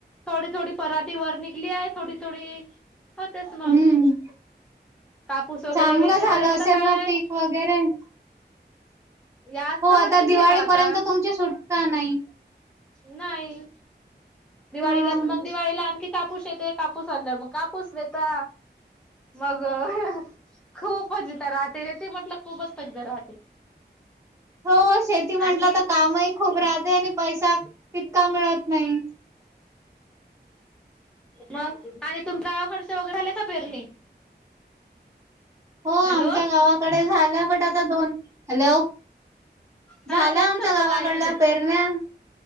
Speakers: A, in the centre; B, on the right.
A: थोडी थोडी पराठीे वर निघली आहे, थोडी थोडी. हो तेस मग.
B: हम्म
A: कापूस वगैरे
B: चांगलं
A: वेचेपर्यंत
B: झालं असेल
A: काय
B: ना
A: आहे?
B: पीक वगैरे
A: यास्त
B: हो
A: वर्षी
B: आता
A: केलं
B: दिवाळीपर्यंत
A: आता
B: तुमची सुटका नाही.
A: नाही, दिवाळीला
B: हा
A: मग दिवाळीला आणखी. कापूस येते, कापूस आणल मग कापूस वाचा, मग खूप. खूपजथ राहते र ते म्हटलं खूपस्तक राहते.
B: हो शेती म्हटलं
A: आणखी
B: तर कामही खूप राहते, आणि पैसा तितका मिळत नाही.
A: मग आणि तुमच्यावाकडचं वगैरे झालेय का? पेरणी.
B: हो आमच्या
A: हॅलो
B: गावाकडे झालं, पण आता दोन, हॅलो.
A: हा
B: झाल्या
A: बोल
B: आमच्या
A: ना
B: गावाकडल्या
A: बोल ऐकू येते
B: पेरण्या.